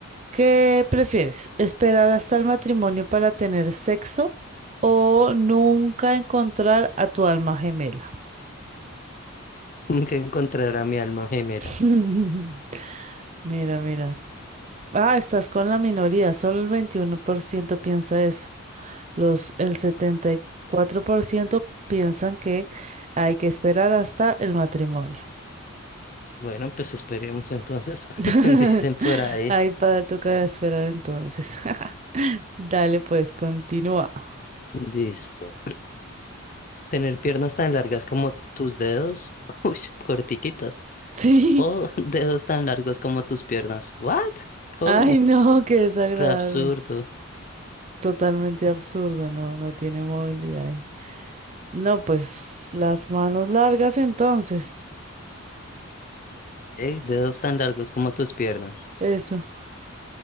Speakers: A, on the right; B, on the left.
A: ¿Qué prefieres? ¿Esperar hasta el matrimonio para tener sexo o nunca encontrar a tu alma gemela?
B: <laughs> que encontrará mi alma gemela.
A: <laughs> Mira, mira. Ah, estás con la minoría. Solo el 21% piensa eso. Los, el 74% piensan que hay que esperar hasta el matrimonio.
B: Bueno, pues esperemos entonces,
A: <laughs>
B: <laughs> dicen por ahí,
A: Ahí para toca esperar entonces. <laughs> Dale, pues, continúa. <laughs>
B: listo. Tener piernas tan largas como tus dedos, <laughs> uy, cortiquitas,
A: Sí.
B: o dedos tan largos como tus piernas. ¿What? ¿Cómo?
A: Ay, no, qué desagradable.
B: Re absurdo.
A: Totalmente absurdo, no, no tiene movilidad ahí. No, pues las manos largas entonces.
B: Ey, dedos tan largos como tus piernas.
A: Eso. <laughs>